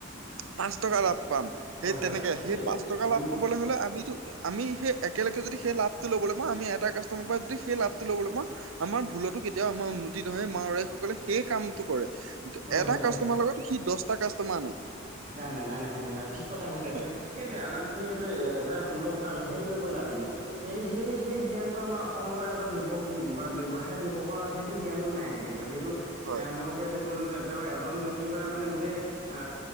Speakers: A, on the right; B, on the right.
A: পাঁচ টকা লাভ পাম সেই
B: হয় হয়
A: তেনেকে
B: সেইটোৱে
A: সেই পাঁচ টকা
B: আম
A: লাভ পাবলৈ হলে আমিতো আমি সেই একেলগে যদি সেই লাভটো লবলৈ পাওঁ আমি এটা কাষ্টমাৰৰ পৰাই যদি সেই লাভটো লবলৈ পাওঁ আমাৰ ভুলতো কেতিয়াও আমাৰ উন্নতি নহয় মাৰোৱাৰী সকলে সেই কামটো কৰে।
B: হয়
A: এটা
B: হয়
A: কাষ্টমাৰ
B: হয়
A: লগত সি দশটা কাষ্টমাৰ আনে।
B: নাই নাই নাই নাই ঠিক কথা কৈছা
A: হয়
B: তুমাৰ সেইটোৱে আমাৰ তুমি সেইটো এটা সুন্দৰ কথা কলা সেইটো যে কলা তুমি সেই সেই সেই জ্ঞানটো আমাৰ অসমৰ এজন যুৱক বা ব্যৱসায় যুৱকৰ সেইটো জ্ঞানটো নাই কিন্তু সেইটো
A: হয়
B: এ, মই এতিয়া যে ক'লো তেওঁ এজন ব্যক্তিৰ পৰা মানে গোটেই আ